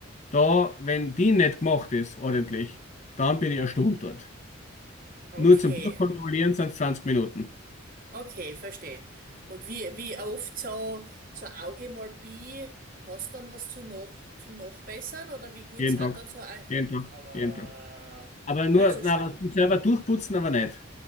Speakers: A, on the left; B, on the right.
A: da, wenn die nicht gemacht ist, ordentlich, dann bin ich eine Stunde dort.
B: okay.
A: Nur zum Durchkontrollieren sind es 20 Minuten.
B: Okay, verstehe. Und wie, wie oft so, so Augemalpie, hast dann was zu noch, zum Nachbessern oder wie gut
A: Jeden
B: sind
A: Tag,
B: dann so, Au-
A: jeden Tag,
B: aber,
A: jeden Tag. Aber nur,
B: also schon.
A: na, aber zum selber durchputzen aber nicht.